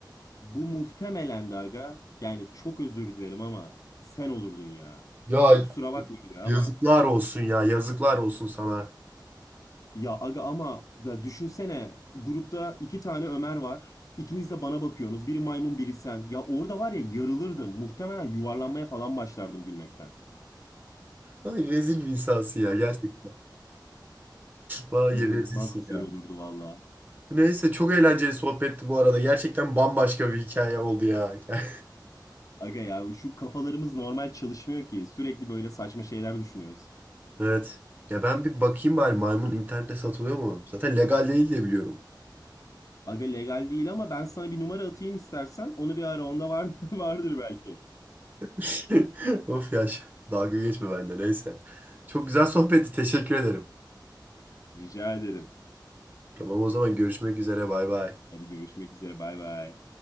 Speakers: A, on the left (about 45°); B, on the right (about 20°).
A: Bu muhtemelen de aga yani çok özür dilerim ama sen olurdun ya.
B: Ya
A: Ya kusura bakma aga
B: Yazıklar
A: ama.
B: olsun ya. Yazıklar olsun sana.
A: Ya aga ama ya düşünsene grupta iki tane Ömer var. İkiniz de bana bakıyorsunuz. Biri maymun biri sen. Ya orada var ya yarılırdım. Muhtemelen yuvarlanmaya falan başlardım gülmekten.
B: Ay rezil bir insansın ya. Gerçekten. Vay
A: İnanılmaz
B: rezilsin
A: güzel
B: ya.
A: olurdu valla.
B: Neyse çok eğlenceli sohbetti bu arada. Gerçekten bambaşka bir hikaye oldu ya. <laughs>
A: Aga ya şu kafalarımız normal çalışmıyor ki. Sürekli böyle saçma şeyler düşünüyoruz.
B: Evet. Ya ben bir bakayım bari maymun internette satılıyor mu? Zaten legal değil diye biliyorum.
A: Aga legal değil ama ben sana bir numara atayım istersen. Onu bir ara onda var, <laughs> vardır belki.
B: <laughs> Of ya. ş- Dalga geçme bende neyse. Çok güzel sohbetti. Teşekkür ederim.
A: Rica ederim.
B: Tamam o zaman görüşmek üzere. Bay bay.
A: Hadi görüşmek üzere. Bay bay.